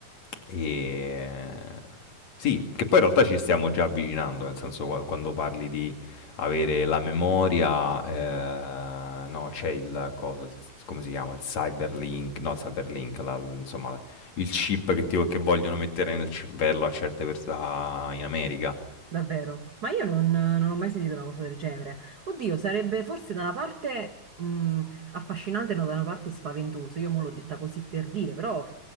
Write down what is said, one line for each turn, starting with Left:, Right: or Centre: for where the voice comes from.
Left: E... Sì, che poi in realtà ci stiamo già avvicinando, nel senso qua- quando parli di avere la memoria, eh, no, c'è il cosa, il- come si chiama? Il cyberlink, no, il cyberlink, la- insomma, il chip che, ti, che vogliono mettere nel cervello a certe persone in America.
Right: Davvero, ma io non, non ho mai sentito una cosa del genere. Oddio, sarebbe forse da una parte mh, affascinante, no, da una parte spaventoso. Io mo l'ho detta così per dire, però